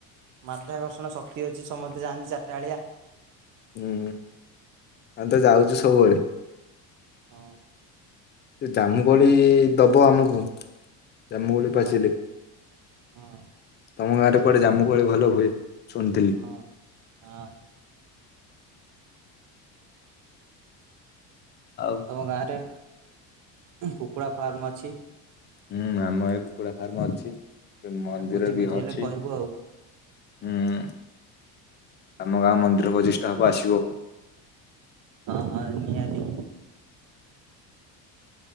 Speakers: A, on the right; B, on the left.
A: ମାଧ୍ୟଆକର୍ଷଣ ଶକ୍ତି ଅଛି ସମସ୍ତେ ଯାଆନ୍ତି ଚାରିଟା ବେଳିଆ।
B: ହୁଁ ଆମେ ତ ଯାଉଛୁ ସବୁବେଳେ।
A: ହଁ।
B: ଜାମୁକୋଳି ଦବ ଆମକୁ। ଜାମୁକୋଳି ପାଚିଲେ
A: ହଁ ହଁ
B: ତମ ଗାଁରେ କୁଆଡ଼େ ଜାମୁକୋଳି ଭଲ ହୁଏ। ଶୁଣିଥିଲି
A: ହଁ ହଁ।
B: ଆଉ
A: ତମ ଗାଁ ରେ କୁକୁଡ଼ା ଫାର୍ମ ଅଛି।
B: ହୁଁ ଆମ ଏ କୁକୁଡ଼ା ଫାର୍ମ ଅଛି। ମନ୍ଦିର
A: ଆଉ ଭୋଜି
B: ବି
A: ଭୋଜି
B: ଅଛି
A: ହେଲେ କହିବୁ
B: ହୁଁ।
A: ଆଉ
B: ଆମ ଗାଁ ମନ୍ଦିର ପ୍ରଜିଷ୍ଠା ହବ ଆସିବ।
A: ହଁ ହଁ ନିହାତି।